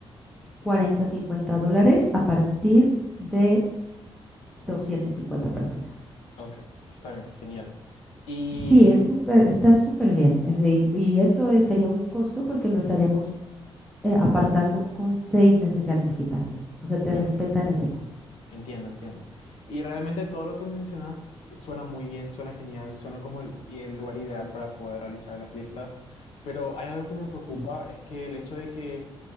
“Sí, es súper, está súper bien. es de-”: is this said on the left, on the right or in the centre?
Centre